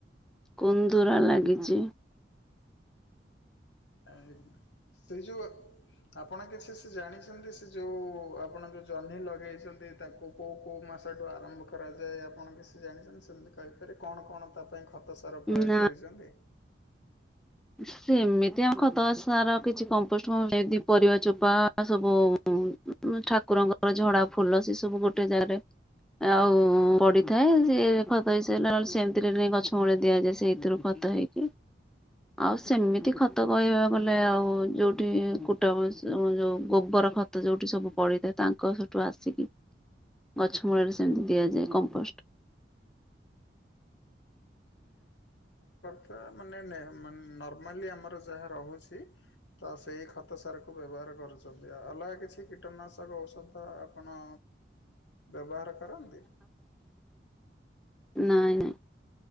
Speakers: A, in the centre; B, on the left (about 85°).
A: କନ୍ଦୁର ଲାଗିଚି।
B: ଆଜ୍ଞା ସେଇ ଯୋ ଆପଣ କିଛି ସେ ଜାଣିଛନ୍ତି ସେ ଯୋଉ ଆପଣ ଯୋଉ ଜହ୍ନି ଲଗେଇଚନ୍ତି ତାକୁ କୋଉ କୋଉ ମାସଠୁ ଆରମ୍ଭ କରାଯାଏ ଆପଣ କିଛି ଜାଣିଛନ୍ତି? ସେମତି କହିପାରିବେ କଣ କଣ ତାର ପାଇଁ ଖତ ସାର ପ୍ରୟୋଗ
A: ନା
B: କରିଚନ୍ତି?
A: ସେମିତି ଆଉ ଖତ ସାର କିଛି କମ୍ପୋଷ୍ଟ ଫମ୍ପୋଷ୍ଟ ଯେତିକି ପରିବା ଚୋପା ସବୁ। ମୁଁ ଠାକୁରଙ୍କର ଝଡା ଫୁଲ ସେ ସବୁ ଗୋଟେ ଜାଗାରେ ଆଉ ପଡିଥାଏ ସେ ଖତ ହେଇସାଇଲା ନନେ ସେମିତିରେ ନେଇ ଗଛ ମୂଳେ ଦିଆଯାଏ। ସେଇଥିରୁ ଖ ତ ହେଇକିି। ଆଉ ସେମିତି ଖତ କହିବାକୁ ଗଲେ ଆଉ ଯୋଉଠି କୁଟା ପୁସ ଯୋଉ ଗୋବର ଖ ତ ଯୋଉଠି ସବୁ ପଡିଥାଏ ତାଙ୍କ ସେଠୁ ଆସିକି ଗଛ ମୂଳରେ ସେମିତି ଦିଆଯାଏ କମ୍ପୋଷ୍ଟ।
B: ତ ମାନେ ନେହେ ନର୍ମାଲି ଆମର ଯାହା ରହୁଛି ତ ସେଇ ଖତ ସାର ବ୍ୟବହାର କରୁଛନ୍ତି, ଅଲଗା କିଛି କୀଟନାଶକ ଔଷଧ ଆପଣ ବ୍ୟବହାର କରନ୍ତି?
A: ନାଇଁ ନାଇଁ